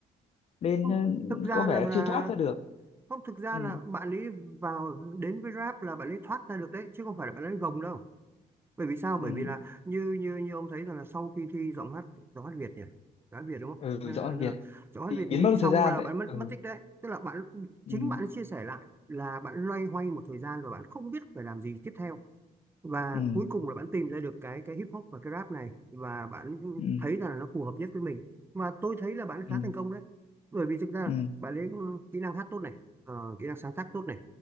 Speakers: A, on the left (about 45°); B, on the right (about 15°).
A: nên
B: Không,
A: ờ,
B: thực ra
A: có vẻ
B: là
A: là
B: là
A: chưa thoát ra được
B: không thực ra
A: ừ
B: là bạn ấy vào đến với rap là bạn ấy thoát ra được đấy chứ không phải là bạn ấy gồng đâu bởi vì sao bởi
A: ừ
B: vì là như như như ông thấy rằng là sau khi thi giọng hát giọng hát Việt nhỉ giọng hát Việt đúng không
A: ừ
B: hay
A: giọng
B: là
A: Ăn
B: là
A: Việt
B: giọng hát
A: thì
B: Việt
A: biến
B: nhí
A: mất một
B: xong
A: thời gian
B: là
A: đấy
B: bạn mất
A: ừ
B: mất tích đấy tức là bạn
A: ừ
B: chính bạn chia sẻ lại là bạn loay hoay một thời gian và bạn không biết phải làm gì tiếp theo và
A: ừ
B: cuối cùng là bạn tìm ra được cái cái hip hop và cái rap này và bạn
A: ừ
B: thấy rằng là nó phù hợp nhất với mình và tôi thấy là bạn
A: ừ
B: khá thành công đấy bởi vì thực ra là
A: ừ
B: bạn lấy ừ, kỹ năng hát tốt này ờ, kỹ năng sáng tác tốt này